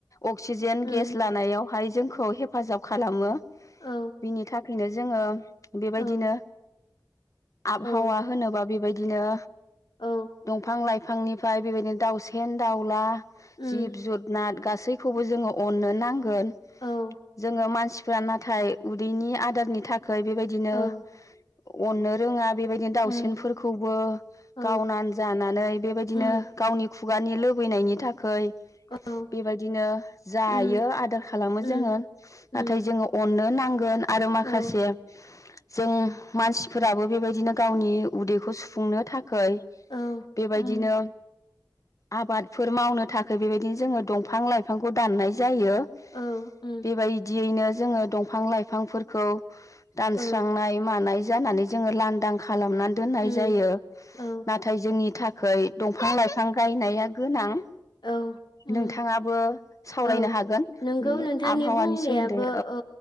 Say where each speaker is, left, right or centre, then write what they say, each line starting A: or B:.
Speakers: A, on the left; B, on the left.
A: अक्सिजेन
B: उम
A: गेस लानायावहाय जोंखौ हेफाजाब खालामो।
B: औ
A: बिनि थाख नो जोङो बेबायदिनो
B: औ
A: आबहावा
B: औ
A: होनोबा बेबायद बिदिनो
B: औ
A: दंफां लाइफां बिफांनिफ्राय बेबायदिनो दाउसेेन दाउ ग्ला--,
B: उम
A: जिब जादनाट गास गासैखौबो जोङो अननो नां गोन
B: औ
A: जोंगो मानसि रा नाथाय उदैनि आदारनि थाखाय खाय बेबायदिनो-
B: औ
A: अननो रोङा बेबायदिनो दाउसेनफोरखौबो
B: उम औ
A: गावनानै जानानै बेबायदिनो
B: उम
A: गावनि खुगानि ल लुबैनायनि थाखाय।
B: औ
A: बेबायदिनो जायो
B: उम
A: आदार खालामो
B: उम
A: जोङो
B: उम
A: नाथाय जोङो अननो न नांगोन। आरो माखासे
B: औ
A: जों मानसिफोराबो बेबायदिनो गावनि उदैखौ सुफुंनो थाखाय।
B: औ
A: बेबायदिनो
B: उम
A: आबाद फोर मावनो थाखाय बेबायदिनो जोङो दंफां लाइफांखौ दाननाय जायो। जायो
B: औ उम
A: बेबायदियैनो जोङो दंफां लाइफांफोरखौ दानस्रांनाय
B: औ
A: मानाय जानानै जोङो लानदां खा खालामना दोननाय
B: उम
A: जायो
B: औ
A: नाथाय जोंनि थाखाय दंफां लाइफां गायनाय गोनां
B: औ उम
A: नोंथाङाबो सावरायनो
B: औ
A: हागोन
B: नोंगौ
A: बे
B: नोंथांनि
A: आबहावानि
B: बुंनायाबो
A: सोमोन्दै
B: औ